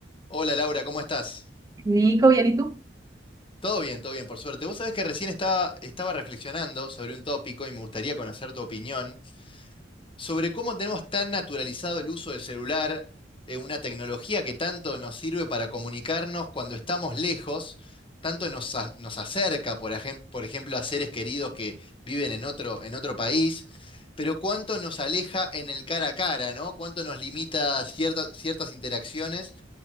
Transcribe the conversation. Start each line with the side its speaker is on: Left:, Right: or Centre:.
Left: Hola Laura, ¿cómo estás?
Right: Nico, ¿bien y tú?
Left: Todo bien, todo bien, por suerte. Vos sabés que recién estaba, estaba reflexionando sobre un tópico y me gustaría conocer tu opinión sobre cómo tenemos tan naturalizado el uso del celular, eh, una tecnología que tanto nos sirve para comunicarnos cuando estamos lejos, tanto nos, a- nos acerca, por, ejem- por ejemplo, a seres queridos que viven en otro, en otro país, pero cuánto nos aleja en el cara a cara, ¿no? Cuánto nos limita ciertas, ciertas interacciones.